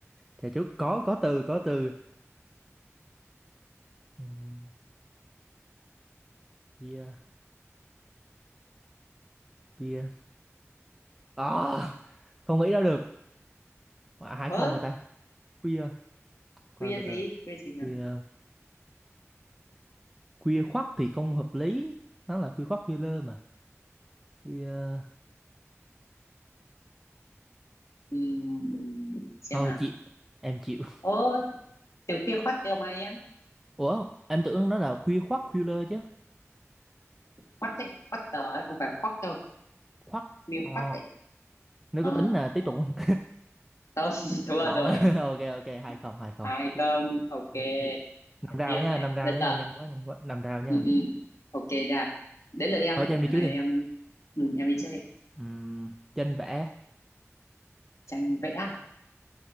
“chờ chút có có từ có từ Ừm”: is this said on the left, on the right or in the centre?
Centre